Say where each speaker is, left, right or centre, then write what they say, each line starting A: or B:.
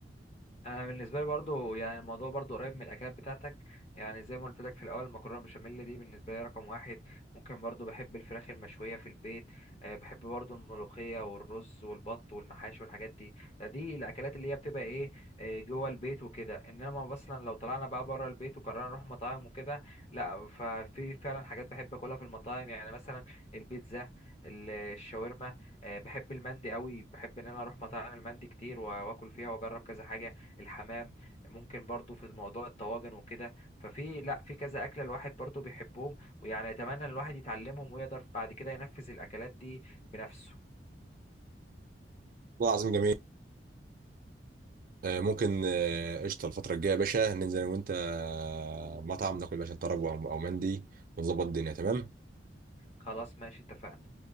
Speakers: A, on the left; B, on the right.
A: انا بالنسبه لي برضو يعني الموضوع برضو قريب من الاكلات بتاعتك يعني زي ما قلت لك في الاول المكرونه بشاميل دي بالنسبه لي رقم واحد ممكن برضو بحب الفراخ المشويه في البيت أه بحب برضو الملوخيه والرز والبط والمحاشي والحاجات دي ده دي الاكلات اللي هي بتبقى ايه آه، جوه البيت وكده انما اصلا لو طلعنا بقى بره البيت وقررنا نروح مطاعم وكده لا ففي فعلا حاجات بحب اكلها في المطاعم يعني مثلا البيتزا ال- الشاورما أه بحب المندي قوي بحب ان انا اروح مطاعم المندي كتير واكل فيها واجرب كذا حاجه الحمام ممكن برضو في موضوع الطواجن وكده ففي لا في كذا أكلة الواحد برضو بيحبهم ويعني أتمنى إن الواحد يتعلمهم ويقدر بعد كده ينفذ الأكلات دي بنفسه
B: والله العظيم جميل آه، ممكن آه، قشطه الفتره الجايه يا باشا ننزل انا وانت آه، مطعم ناكل يا باشا طرب او أو مندي ونظبط الدنيا تمام
A: خلاص ماشي اتفقنا